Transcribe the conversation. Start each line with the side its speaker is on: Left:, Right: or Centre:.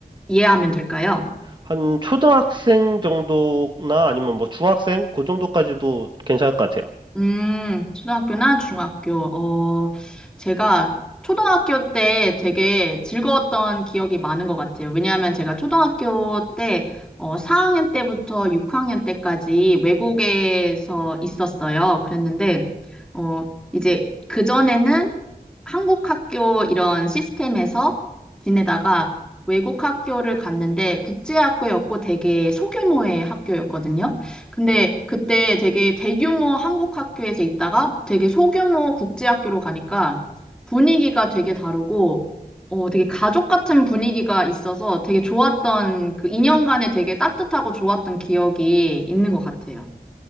Centre: 이해하면 될까요?
Right: 한 초등학생 정도나 아니면 뭐 중학생? 그 정도까지도 괜찮을 것 같아요.
Centre: 음, 초등학교나 중학교. 어, 제가 초등학교 때 되게 즐거웠던 기억이 많은 것 같아요. 왜냐하면 제가 초등학교 때, 어, 4학년 때부터 6학년 때까지 외국에서 있었어요. 그랬는데, 어, 이제 그전에는 한국 학교 이런 시스템에서 지내다가 외국 학교를 갔는데 국제학교였고 되게 소규모의 학교였거든요. 근데 그때 되게 대규모 한국 학교에서 있다가 되게 소규모 국제 학교로 가니까 분위기가 되게 다르고 어 되게 가족 같은 분위기가 있어서 되게 좋았던 그 2년간에 되게 따뜻하고 좋았던 기억이 있는 것 같아요.